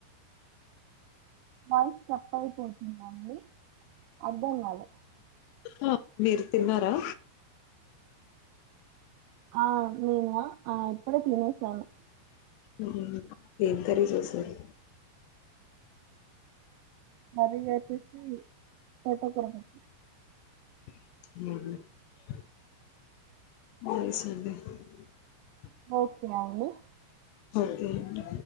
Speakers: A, on the right (about 85°); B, on the left (about 80°).
A: వాయస్ కట్ అయిపోతుందండి అర్థం గాలే
B: హ మీరు తిన్నారా
A: ఆ నేనా ఆహ్ ఇప్పుడే తీనేసాను
B: మ్మ్. ఏం కర్రీ చేసారు
A: కర్రీ వచ్చేసి తోటకూర పప్పు
B: <inaudible>
A: ఓకే అండి
B: ఒకే అండి